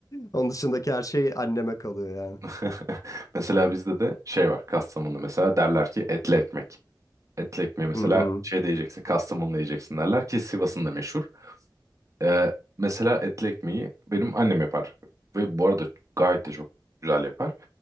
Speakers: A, on the left (about 45°); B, on the right (about 40°).
A: Onun dışındaki her şey anneme kalıyor yani.
B: <laughs> Mesela bizde de şey var Kastamonu'da mesela derler ki etli ekmek. Etli ekmeği mesela
A: Hı hı.
B: şey diyeceksin yiyeceksin Kastamonu'da yiyeceksin derler ki Sivas'ın da meşhur. Ee, mesela etli ekmeği benim annem yapar. Ve bu arada gayet de çok güzel yapar.